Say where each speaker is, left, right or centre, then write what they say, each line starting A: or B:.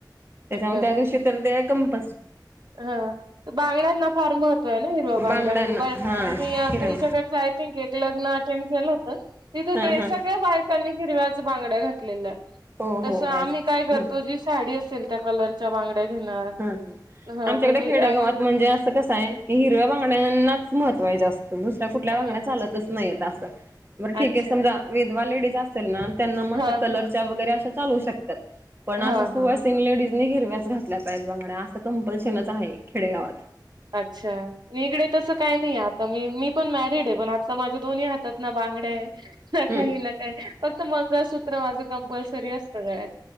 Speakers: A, on the right; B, on the right.
A: हम्म
B: त्याच्या त्या दिवशी तर ते कंपस
A: हा बांगड्यांना फार महत्व आहे ना हिरवा बांगड्या
B: बांगड्यांना
A: म्हणजे बर
B: हा
A: मी
B: हिरव
A: तुमच्याकडच आय थिंक एक लग्न अटेंड केलं होत तिथं
B: हा
A: ते
B: हा
A: सगळ्या बायकांनी हिरव्याच बांगड्या घातलेल्या
B: हो
A: तसं
B: हो येस
A: आम्ही काय करतो
B: हम्म
A: जी साडी असेल त्या कलरच्या बांगड्या घेणार
B: हा हा
A: ह
B: आमच्याकडे
A: म्हणजे
B: खेडेगावात
A: आणि
B: म्हणजे कसय की हिरव्या बागड्यांनाच महत्वां जास्त दुसऱ कुठल्या
A: ह
B: बांगड्या चालतच
A: ह
B: नाही अस ठीक
A: अच्छा
B: आहे समजा विधवा लेटज असे ना त्यांना
A: हा
B: कलर् त्या वगैरे चालू शकतात पण
A: हा
B: असं सुहासिनी
A: हा
B: वगैरे हिरव्याचल्या बांगड्या असं कंपल्शनच आहे खेडेगावात
A: अच्छा मग इकडे तसं काय नाही आता मी मी पण मॅरिड आहे पण आजता माझ्या दोन्ही हातात ना बांगड्या आहे न
B: हम्म
A: काही न काही फक्त मंगळसूत्र माझं कंपल्सरी असतं गळ्यात